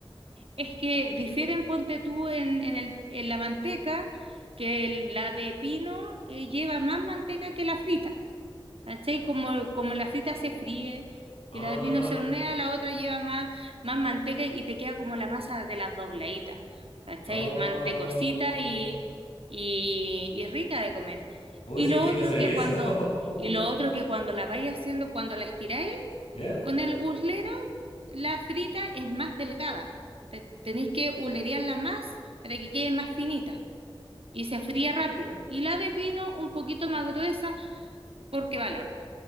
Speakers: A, on the right (about 85°); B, on the left (about 90°).
A: Es que difieren, ponte tú, en, en el- en la manteca, que la de pino eh, lleva más manteca que la frita. ¿Cachai? Como, como la frita se fríe
B: Ah,
A: y la de pino se hornea, la otra lleva más, más manteca y te queda como la masa de las dobladitas. ¿Cachai?
B: ah.
A: Mantecosita y, y, y rica de comer.
B: Uy,
A: Y
B: ¿sabes
A: lo
B: que
A: otro
B: no sabía
A: que
B: eso?
A: cuando,
B: <laughs>
A: y lo otro que cuando la vais haciendo, cuando la estiráis,
B: ¿Ya?
A: con el uslero, la frita es más delgada. Te- Tenéis que ulerearla más para que quede más finita y se fría rápido. Y la de pino un poquito más gruesa porque va al horno.